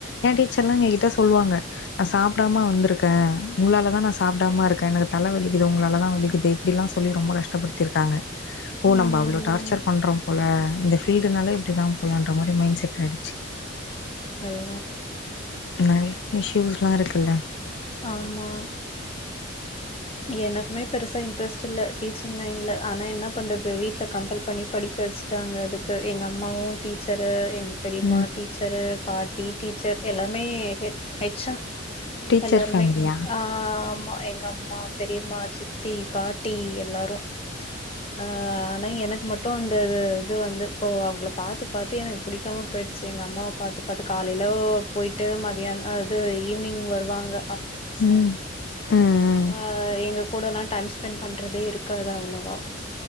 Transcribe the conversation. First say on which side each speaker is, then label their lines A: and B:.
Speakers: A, on the left; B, on the left.
A: எ டீச்சர்ல்லா எங்க ட்ட சொல்வாங்க நா சாப்டாம வந்திருக்க உங்களால தா நா சாப்டாம இருக்க எனக்கு தல வலிக்குது உங்களாலதா வலிக்குது அப்டில்லா சொல்லி ரொம்ப கஷ்டப்படுத்திருக்காங்க ஓ
B: ம்
A: நம்ப அவ்ளோ டார்ச்சர் பண்றோ போல இந்த ஃபீல்டுனாலே இப்டி தா போலன்ற மாரி மைண்ட் செட் ஆயிடுச்சு
B: ஹலோ
A: நறைய இஷ்யூஸ்லா இருக்குல்ல
B: ஆமா எனக்குமே பெருசா இன்ட்ரெஸ்ட் இல்ல டீச்சிங் லைன்ல ஆனா என்ன பண்றது வீட்ல கம்பல் பண்ணி படிக்க வச்சுட்டாங்க அதுக்கு எங்க அம்மாவு டீச்சரு எங்க பெரிம்மா
A: ம்
B: டீ ச்சரு பாட்டி டீச்சர் எல்லாமே ஹெ ஹெச் எம்
A: டீச்சர்
B: எல்லாருமே
A: ஃபேமிலியா
B: அ ஆமா எங்க அம்மா பெரியம்மா சித்தி பாட்டி எல்லாறோ அ ஆனா எனக்கு மட்டோ அந்த இது வந்து இப்போ அவுங்கள பாத்து பாத்து எனக் புடிக்காம போயிடுச்சு எங்க அம்மாவ பாத்து பாத்து காலையில போயிட்டு மதியானோ அது ஈவினிங் வருவாங்க
A: ம் ம் ம்
B: அ எங்க கூடல்லா டைம் ஸ்பெண்ட் பண்றதே இருக்காது அவ்ளவா